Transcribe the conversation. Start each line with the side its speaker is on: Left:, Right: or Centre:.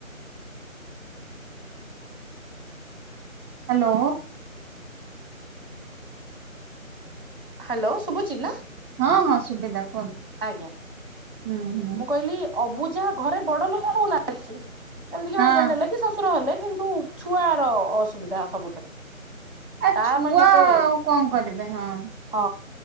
Centre: ହ୍ୟାଲୋ।
Right: ହ୍ୟାଲୋ ଶୁଭୁଚି ନା?
Centre: ହଁ ହଁ ଶୁଭିଲା କୁହନ୍ତୁ।
Right: ଆଜ୍ଞା
Centre: ହୁଁ ହୁଁ।
Right: ମୁଁ କହିଲି ଅବୁଝା ଘରେ ବଡ ଲୋକ ହଉନା ଯେମିତି କି
Centre: ହଁ
Right: ହଜବେଣ୍ଡ ହେଲେ କି ଶଶୁର ହେଲେ କିନ୍ତୁ ଛୁଆର ଅସୁବିଧା ସବୁଥିରେ।
Centre: ଆ
Right: ତା
Centre: ଛୁଆ
Right: ପାଇଁ ମତେ
Centre: ଆଉ କଣ କରିବେ ହଁ।
Right: ହଁ